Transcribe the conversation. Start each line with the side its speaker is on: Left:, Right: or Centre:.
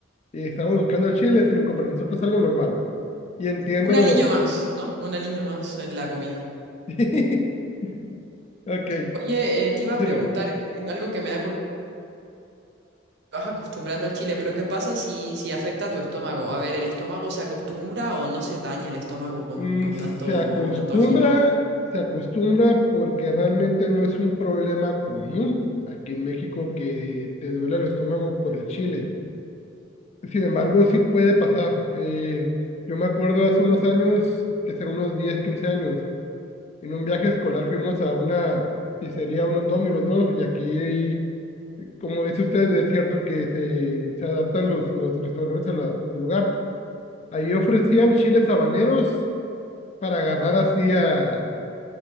Left: estamos buscando el chile, sino que para nosotros es algo normal. Y entiendo.
Right: Un aliño más, ¿no? Un aliño más en la comida.
Left: <laughs> Ok,
Right: Oye, eh, te iba
Left: dime.
Right: a preguntar eh, algo que me da curiosidad. Vas acostumbrando al chile, pero ¿qué pasa si, si afecta a tu estómago? A ver, ¿el estómago se acostumbra o no se daña el estómago con,
Left: Mm,
Right: con tanto,
Left: Se acostumbra,
Right: tanto ají, ¿no?
Left: se acostumbra porque realmente no es un problema común aquí en México que te duele el estómago por el chile. Sin embargo, sí puede pasar. Eh, yo me acuerdo hace unos años, que serán unos 10 15 años, en un viaje escolar fuimos a una pizzería, unos Domino's, ¿no? Y aquí, como dice usted, es cierto que se, se adaptan los, los restaurantes a la- al lugar. Ahí ofrecían chiles habaneros para agarrar así a,